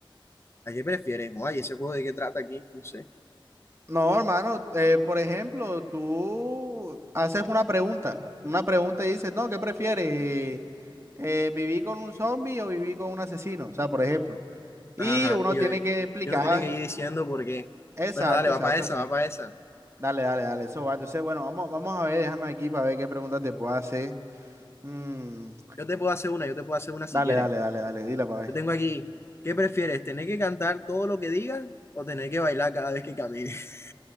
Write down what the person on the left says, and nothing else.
¿A qué prefieres? Ay, ese juego de qué trata aquí, no sé.
Ajá,
y yo,
yo no tenía que ir diciendo por qué.
Bueno, dale, va
para esa,
va para esa.
Yo te puedo hacer una, yo te puedo hacer una si
quieres.
Yo tengo aquí, ¿qué prefieres? ¿Tener que cantar todo lo que digas o tener que bailar cada vez que camines? <laughs>